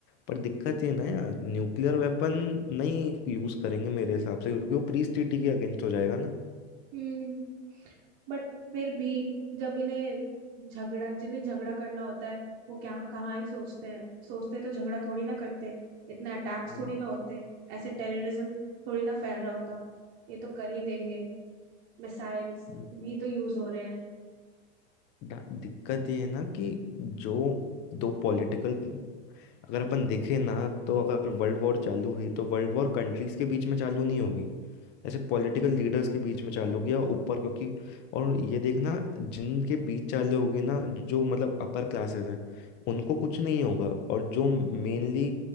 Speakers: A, on the left; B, on the right.
A: पर दिक्कत ये ना यार न्यूक्लियर वेपन नहीं यूज करेंगे मेरे हिसाब से क्योंकि वो प्री ट्रीटी के अगेंस्ट हो जाएगा ना
B: हम्म बट फिर भी जब इन्हें झगड़ा जिन्हें झगड़ा करना होता है वो क्या कहाँ ही सोचते हैं सोचते तो झगड़ा थोड़ी ना करते इतने अटैक्स
A: वही,
B: थोड़ी ना होते ऐसे टेररिज्म थोड़ी ना फैल रहा होता ये तो कर ही देंगे मिसाइल्स
A: उम,
B: भी तो यूज हो रहे हैं
A: डा- दिक्कत ये है ना कि जो दो पॉलिटिकल अगर अपन देखें ना तो अगर वर्ल्ड वॉर चालू हुई तो वर्ल्ड वॉर कंट्रीज के बीच में चालू नहीं होगी ऐसे पॉलिटिकल लीडर्स के बीच में चालू हो गया ऊपर क्योंकि और ये देखना जिनके बीच चालू हो गए ना जो मतलब अपर क्लासेस हैं उनको कुछ नहीं होगा और जो मेनली